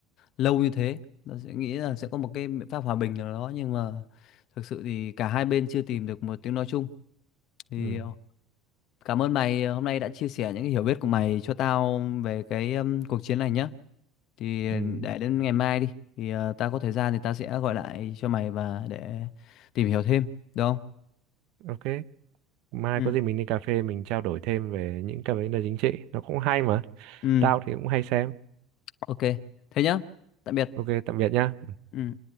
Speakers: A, on the left; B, on the right.
A: lâu như thế nó sẽ nghĩ là sẽ có một cái biện pháp hòa bình nào đó nhưng mà thực sự thì cả hai bên chưa tìm được một tiếng nói chung thì
B: ừ
A: ờ, Cảm ơn mày ờ, hôm nay đã chia sẻ những cái hiểu biết của mày cho tao về cái um, cuộc chiến này nhé. Thì
B: ừ
A: để đến ngày mai đi, thì ờ, tao có thời gian thì tao sẽ gọi lại cho mày và để tìm hiểu thêm, được không?
B: ok mai
A: Ừ.
B: có gì mình đi cà phê mình trao đổi thêm về những cái vấn đề chính trị nó cũng hay mà
A: Ừ,
B: tao thì cũng hay xem
A: ok. Thế nhá. Tạm biệt.
B: ok tạm biệt nhá
A: Ừ.